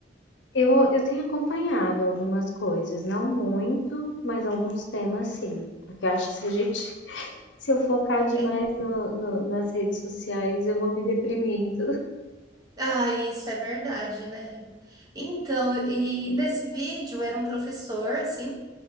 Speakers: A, on the left (about 75°); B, on the right (about 20°).
A: Eu, eu tenho acompanhado algumas coisas, não muito, mas alguns temas sim. Porque eu acho que se a gente, se eu focar demais
B: É-
A: no- no- nas redes sociais, eu vou me deprimindo.
B: ah, isso é verdade, né? Então, e nesse vídeo era um professor, assim,